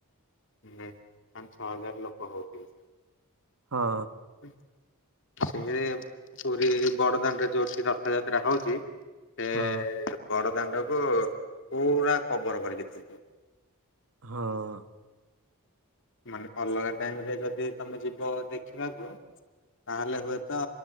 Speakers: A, on the left (about 60°); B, on the right (about 75°).
A: ପାଞ୍ଚ ଛଅ ହଜାର ଲୋକ ହଉଥିବେ।
B: ହଁ।
A: <unintelligible> ପୁରୀ ବଡଦାଣ୍ଡରେ ଯୋଉଠି ରଥଯାତ୍ରା ହଉଚି ସେ
B: ହଁ
A: ବଡଦାଣ୍ଡ କୁ ପୁରା କଭର୍ କରିକି ଥିବେ।
B: ହଁ।
A: ମାନେ ଅଲଗା ଟାଇମିରେ ଯଦି ତମେ ଯିବ ଦେଖିବାକୁ ତାହେଲେ ହୁଏତ